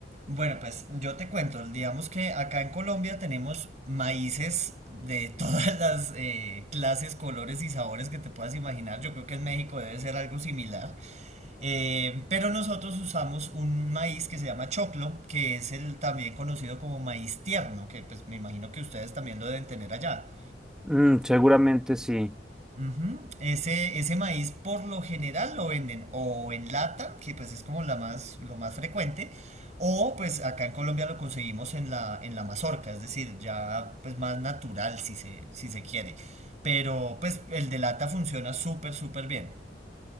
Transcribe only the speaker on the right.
Bueno, pues yo te cuento, digamos que acá en Colombia tenemos maíces de todas <laughs> las eh, clases, colores y sabores que te puedas imaginar, yo creo que en México debe ser algo similar. Eh, pero nosotros usamos un maíz que se llama choclo, que es el también conocido como maíz tierno, que pues me imagino que ustedes también lo deben tener allá.
Ujú. Ese, ese maíz por lo general lo venden o en lata, que pues es como la más, lo más frecuente, o pues acá en Colombia lo conseguimos en la, en la mazorca, es decir, ya pues más natural si se, si se quiere. Pero pues el de lata funciona súper, súper bien.